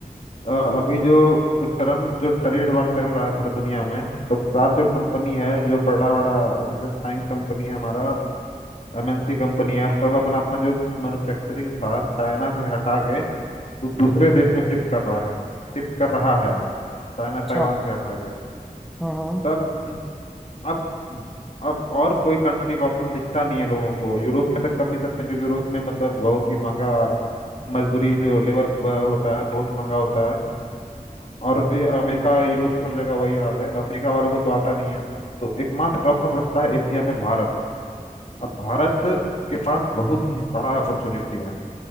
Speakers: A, on the left; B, in the centre.
A: अ, अभी जो जो टर्म जो ट्रेड वार चल रहा है पूरी दुनिया में तो सार जो
B: हम्म,
A: कंपनी है जो बड़ा बड़ा जैसे फाइन कंपनी है हमारा एमएनसी कंपनी है सब अपना अपना जो मैन्युफैक्चरिंग था चाइना से हटा के वो दूसरे देश में शिफ्ट कर रहा है शिफ्ट कर रहा है चाइना
B: अच्छा
A: ताइवान से हटा के
B: हम्म हम्म।
A: तब अब अब और कोई कंट्री का ऑप्शन दिखता नहीं है लोगों को यूरोप में तक कर नहीं सकते क्योंकि यूरोप में मतलब बहुत ही महंगा मजदूरी जो लेबर होता है बहुत महंगा होता है और ये अमेरिका यूरोप सब जगह वही हाल है अफ्रीका वालों को तो आता नहीं है तो एकमात्र ऑप्शन बचता है एशिया में भारत अब भारत के पास बहुत ही बड़ा अपॉर्चुनिटी है